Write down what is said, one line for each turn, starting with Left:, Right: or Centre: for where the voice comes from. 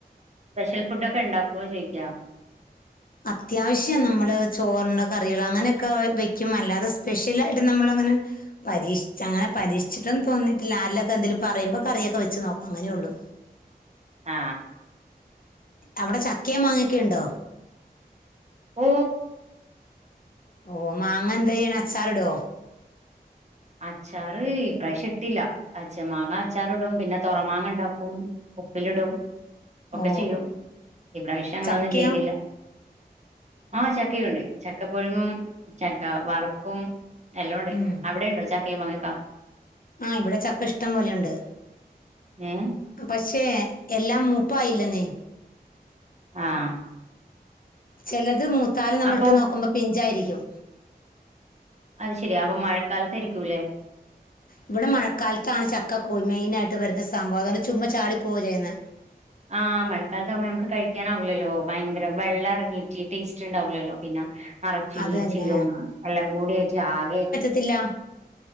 Right: സ്പെഷ്യൽ ഫുഡ് ഒക്കെ ഉണ്ടാക്കുമെന്ന് ചോദിക്കാം
Left: അത്യാവശ്യം നമ്മള് ചോറിൻ്റെ കറികൾ അങ്ങനെയൊക്കെ വയ്ക്കും അല്ലാതെ സ്പെഷ്യലായിട്ട് നമ്മൾ അങ്ങനെ പരീക്ഷ അങ്ങനെ പരീക്ഷിട്ടും തോന്നിട്ടില്ല ആരെങ്കിലുമൊക്കെ എന്തെങ്കിലും പറയുമ്പോൾ കറിയൊക്കെ വെച്ച് നോക്ക അങ്ങനെ ഉള്ളു
Right: ആ
Left: അവിടെ ചക്കയും മാങ്ങയും ഒക്കെ ഉണ്ടോ
Right: ഓ
Left: ഓ മാങ്ങ എന്ത് ചെയ്യണം അച്ചാർ ഇടും
Right: അച്ചാറ് ഇപ്രാവശ്യം ഇട്ടില്ല പച്ച മാങ്ങ അച്ചാർ ഇടും പിന്നെ തൊറമാങ്ങ ഇണ്ടാക്കും. ഉപ്പിലിടും
Left: ഓ
Right: ഒക്കെ ചെയ്യും ഇപ്രാവശ്യം അങ്ങനൊന്നും
Left: ചക്കയോ
Right: ചെയ്തില്ല. ആ ചക്കയും ഉണ്ട് ചക്ക പുഴുങ്ങും ചക്ക വറു ക്കും എല്ലാം ഉണ്ട്
Left: ഉം
Right: അവിടെ ഉണ്ടോ ചക്കേ മാങ്ങേക്കെ?
Left: ആഹ് ഇവിടെ ചക്ക ഇഷ്ടം പോലെയുണ്ട്.
Right: ഉം
Left: പക്ഷേ എല്ലാം മൂപ്പായില്ലെന്നേ
Right: ആഹ്
Left: ചെലത് മൂത്താലും നമ്മളിട്ട്
Right: അപ്പം
Left: നോക്കുമ്പോ പിഞ്ചായിരിക്കും.
Right: അത് ശെരിയാ അപ്പൊ മഴക്കാലത്ത് ഇരിക്കൂല്ലേ?
Left: ഇവിടെ മഴക്കാലത്താണ് ചക്കക്കോ മെയിനായിട്ട് വരുന്ന സംഭവം അതുകൊണ്ട് ചുമ്മാ ചാടി പോവ്വ ചെയ്യുന്നേ.
Right: ആഹ് മഴക്കാലത്ത് ആകുമ്പോ നമുക്ക് കഴിക്കാനാവൂലല്ലോ ഭയങ്കര വെള്ളം ഇറങ്ങിയിട്ട് ടേസ്റ്റ് ഉണ്ടാവില്ലല്ലോ പിന്നെ നറച്ചു
Left: അത്
Right: ഈച്ചയുആണ്
Left: തന്നെ
Right: എല്ലാം കൂടി ജ് ആകെ
Left: ത്തില്ല